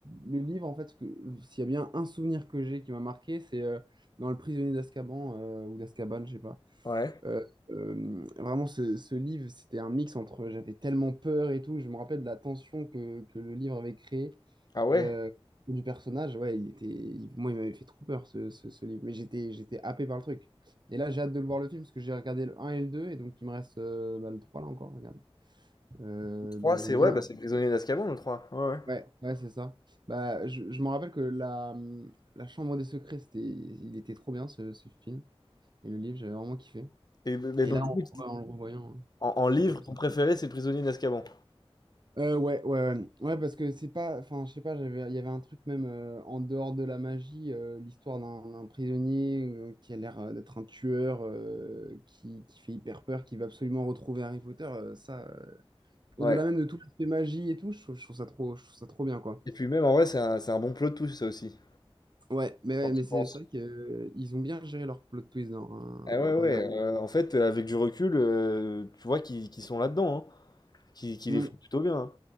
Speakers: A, on the right (about 45°); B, on the left (about 40°).
A: le livre, en fait, ce que, s'il y a bien un souvenir que j'ai qui m'a marqué, c'est euh, dans Le Prisonnier d'Azkaban, euh, ou d'Azkaban, je sais pas.
B: Ouais.
A: Euh, euh, vraiment, ce, ce livre, c'était un mix entre j'avais tellement peur et tout. Je me rappelle de la tension que, que le livre avait créé.
B: Ah ouais?
A: Euh, du personnage, ouais, il était, il- moi, il m'avait fait trop peur ce, ce- ce livre, mais j'étais, j'étais happé par le truc. Et là, j'ai hâte de le voir le film parce que j'ai regardé le 1 et le 2, et donc il me reste euh, bah, le 3 là encore, regarde. Euh,
B: trois
A: donc
B: c'est...
A: j'ai bien.
B: Ouais, bah c'est le prisonnier d'Azkaban, le trois Ouais, ouais.
A: Ouais, ouais, c'est ça. Bah, je, je me rappelle que la, hum, la Chambre des Secrets, c'était, il était trop bien ce, ce film, et le livre, j'avais vraiment kiffé.
B: Et, mais
A: Et
B: donc,
A: là,
B: du coup,
A: on, le revoyant, hein,
B: En, en
A: c'était
B: livre,
A: canon.
B: ton préféré, c'est Prisonnier d'Azkaban.
A: Euh, ouais, ouais, ouais, Ouais, parce que c'est pas, enfin, je sais pas, j'avais, il y avait un truc même euh, en dehors de la magie, euh, l'histoire d'un d'un prisonnier euh, qui a l'air euh, d'être un tueur, euh, qui, qui fait hyper peur, qui va absolument retrouver Harry Potter, euh, ça, euh, au-delà
B: Ouais.
A: même de tout l'aspect magie et tout, je trouve, je trouve ça trop, je trouve ça trop bien, quoi.
B: Et puis même en vrai, c'est un, c'est un bon plot twist ça aussi.
A: Ouais, mais
B: Quand
A: ouais,
B: tu
A: mais c'est
B: penses.
A: c'est vrai qu'ils ont bien géré leur plot twist dans,
B: Eh
A: euh,
B: ouais, ouais.
A: dans la...
B: euh, en fait, euh, avec du recul, euh, tu vois qu'ils qu'ils sont là-dedans, hein, qu'ils qu'ils
A: Mm,
B: les font plutôt bien. hein.